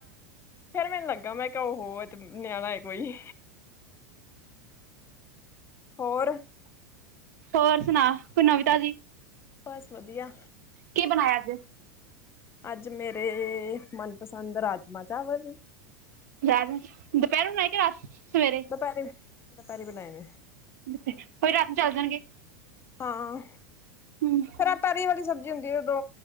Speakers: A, on the left (about 25°); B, on the right (about 60°).
A: ਫੇਰ ਮੈਨੂੰ ਲੱਗਾ ਮੈਂ ਕਿਹਾ ਓ ਏ ਤ ਨਿਆਣਾ ਏ ਕੋਈ ਹੋਰ
B: ਹੋਰ ਸੁਣਾ ਕੋਈ ਨਵੀ ਤਾਜੀ
A: ਬਸ ਵਧੀਆ
B: ਕੀ ਬਣਾਇਆ ਅੱਜ
A: ਅੱਜ ਮੇਰੇ ਮਨਪਸੰਦ ਰਾਜਮਾਂ ਚਾਵਲ
B: <unintelligible>
A: ਦੁਪਹਿਰੇ ਦੁਪਹਿਰੇ ਬਣਾਏ ਨੇ
B: ਓਹੀ ਰਾਤੀਂ ਚੱਲ ਜਾਣਗੇ
A: ਹਾਂ
B: ਹੂੰ
A: ਤ ਤਰੀ ਵਾਲੀ ਸਬਜ਼ੀ ਹੁੰਦੀ ਉਦੋ